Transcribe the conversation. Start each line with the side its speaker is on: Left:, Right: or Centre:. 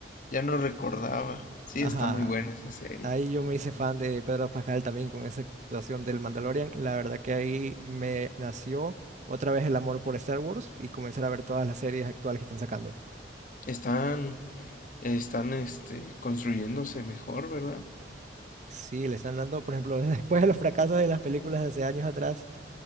Left: Ya no recordaba. Sí,
Right: ajá.
Left: está muy buena esa serie.
Right: Ahí yo me hice fan de Pedro Pascal también con esa actuación del Mandalorian. La verdad que ahí me nació otra vez el amor por Star Wars y comenzar a ver todas las series actuales que están sacando.
Left: Están, están, este, construyéndose mejor, ¿verdad?
Right: Sí, le están dando, por ejemplo, <laughs> después de los fracasos de las películas de hace años atrás.